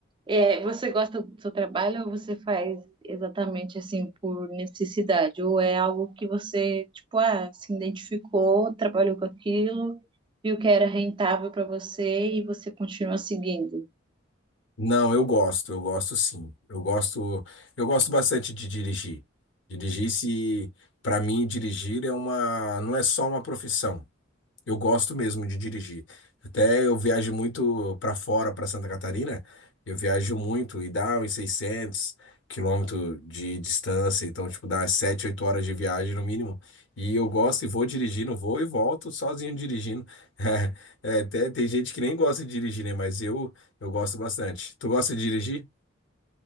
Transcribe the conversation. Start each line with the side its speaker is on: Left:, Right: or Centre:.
Right: É, você gosta do seu trabalho ou você faz exatamente assim por necessidade? Ou é algo que você, tipo, ah, se identificou, trabalhou com aquilo, viu que era rentável para você e você continua seguindo?
Left: Não, eu gosto, eu gosto sim. Eu gosto, eu gosto bastante de dirigir. Dirigir se, para mim, dirigir é uma, não é só uma profissão. Eu gosto mesmo de dirigir. Até eu viajo muito para fora, para Santa Catarina. Eu viajo muito e dá uns seiscentos quilômetros de distância. Então, tipo, dá umas 7, 8 horas de viagem no mínimo. E eu gosto e vou dirigindo, vou e volto sozinho dirigindo. <laughs> É, até tem gente que nem gosta de dirigir, né? Mas eu, eu gosto bastante. Tu gosta de dirigir?